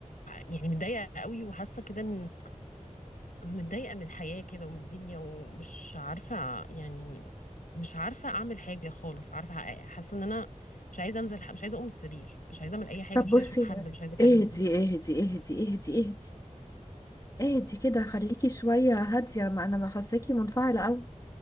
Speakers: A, on the left (about 85°); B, on the left (about 25°).
A: يعني متضايقه قوي وحاسه كده ان متضايقه من الحياه كده ومن الدنيا ومش عارفه يعني مش عارفه اعمل حاجه خالص عارفه حاسه ان انا مش عايزه انزل مش عايزه اقوم من السرير مش عايزه اعمل اي حاجه
B: طب
A: مش
B: بصي
A: عايزه اشوف حد مش عايزه اكلم
B: اهدي اهدي اهدي اهدي اهدي اهدي كده خليكي شوية هادية ما انا ما حاساكي منفعلة قوي